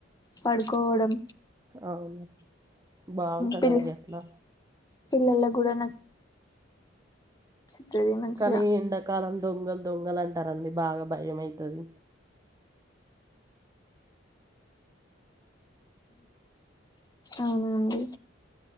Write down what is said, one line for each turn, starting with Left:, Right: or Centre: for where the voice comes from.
Left: పడుకోవడం
Right: అవును బాగుంటుందండి
Left: పిల్
Right: అట్లా
Left: పిల్లలకు గుడన చిత్రది మంచిగా
Right: కానీ ఎండాకాలం దొంగలు దొంగలు అంటారండి బాగా భయంమవుతుది
Left: అవునా అండి